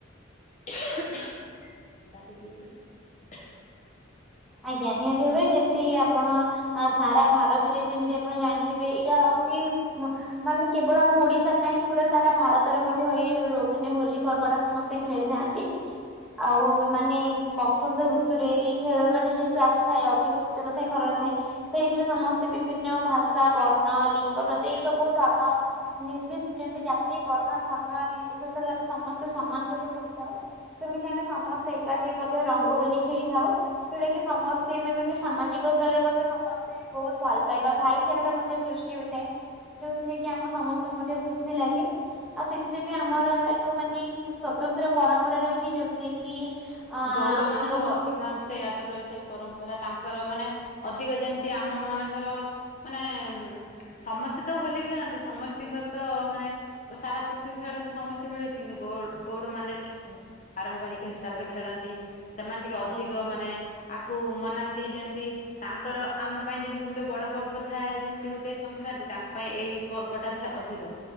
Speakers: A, on the left; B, in the centre.
A: <inaudible> ଥଣ୍ଡା ଟିକେ ହେଇଚି
B: ଆଜ୍ଞା ନିହାତି ଭାବରେ ଯେମିତି ଆପଣ ସାରା ଭାରତରେ ଯେମିତି ଆପଣ ଜାଣିଥିବେ। ଏଇଟା ଅତି ମାନେ କେବଳ ଆମ ଓଡିଶାରେ ନାହିଁ। ପୁରା ସାରା ଭାରତରେ ମଧ୍ୟ ଏଇ ମାନେ ହୋଲି ପର୍ବ ଟା ସମସ୍ତେ ଖେଳିଥାନ୍ତି। ଆଉ ମାନେ ବସନ୍ତ ଋତୁରେ ଏଇ ଖେଳରେ ମାନେ ଯେହେତୁ ଆସିଥାଏ ଅଧିକ ଶୀତ ନଥାଏ ଖରା ନ ଥାଏ ତ ଏଥିରେ ସମସ୍ତେ ବିଭିନ୍ନ ଭାଷା ବର୍ଣ୍ଣ ଲିଙ୍ଗ ପ୍ରାନ୍ତ ଏଇ ସବୁ ଧର୍ମ ନିର୍ବି ଯେମିତି ଜାତି ବର୍ଣ୍ଣ ଧର୍ମ ନିର୍ବିଶେଷରେ ଆମେ ସମସ୍ତେ ସମାନ ବୋଲି କହିଥାଉ ସେମିତି ଆମେ ସମସ୍ତେ ଏକାଠି ମଧ୍ୟ ରଙ୍ଗହୋଲି ଖେଳିଥାଉ, ଯେଉଟାକି ସମସ୍ତେ ଆମ ମାନେ ସାମାଜିକ ସ୍ତରରେ ମଧ୍ୟ ସମସ୍ତେ ବହୁତ ଭଲ ପାଇବା ଭାଇଚାରାଟା ମଧ୍ୟ ସୃଷ୍ଟି ହୋଇଥାଏ, ଯେଉଁଥିରେ କି ଆମ ସମସ୍ତଙ୍କୁ ମଧ୍ୟ ଖୁସି ଲାଗେ ଆଉ ସେଥିରେ ବି ଆମର ଏକ ମାନେ ସ୍ଵତନ୍ତ୍ର ପରମ୍ପରା ରହିଛି ଯେଉଥିରେ କି, ଅ
A: ଗଉଡ ମାନଙ୍କର
B: ଲୋକ
A: ଅଧିକାଂଶ ରହିଥାଏ ପରମ୍ପରା ତାଙ୍କର ମାନେ ଅଧିକ ଯେମିତି ଆମ ମାନଙ୍କର ମାନେ ଉ ସମସ୍ତେ ତ ହୋଲି ଖେଳନ୍ତି ସମସ୍ତତିଙ୍କର ତ ମାନେ ସାରା ପୃଥିବୀ ଖେଳନ୍ତି ସମସ୍ତେ ମିଳୁଛି କିନ୍ତୁ ଗ ଗଉଡ ମାନେ ଟିକେ ପାରମ୍ପରିକ ହିସାବରେ ଖେଳନ୍ତି, ସେମାନେ ଟିକେ ଅଧିକ
B: ଆଜ୍ଞା
A: ମାନେ ଆକୁ ମନାନ୍ତି ଯେମିତି ତାଙ୍କର ଆମ ପାଇଁ ଯେମିତି ତି ଗୋଟେ ବଡ ପର୍ବ ଥାଏ ଯେମିତି ଗୋଟେ ସଂକ୍ରାନ୍ତି ତାଙ୍କ ପାଇଁ ଏଇ ପର୍ବଟା ଥାଏ ଅଧିକ,